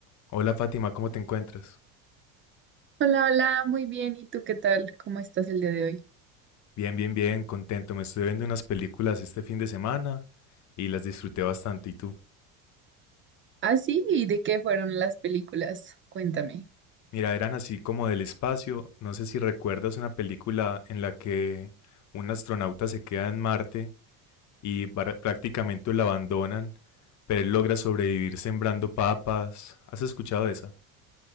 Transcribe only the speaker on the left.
Hola Fátima, ¿cómo te encuentras?
Bien, bien, bien, contento. Me estuve viendo unas películas este fin de semana y las disfruté bastante. ¿Y tú?
Mira, eran así como del espacio. No sé si recuerdas una película en la que un astronauta se queda en Marte y bara- prácticamente lo abandonan, pero él logra sobrevivir sembrando papas. ¿Has escuchado esa?